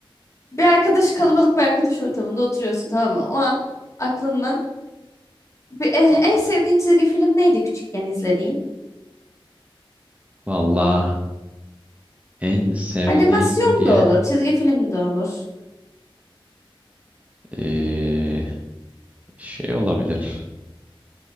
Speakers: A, on the left; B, on the right.
A: Bir arkadaş kalabalık bir arkadaş ortamında oturuyorsun tamam mı? O an aklından Bir- eh, En sevdiğin çizgi film neydi küçükken izlediğin?
B: Valla. En sevdiğim
A: Animasyon
B: diye
A: da olur, çizgi film de olur.
B: eee, şey olabilir.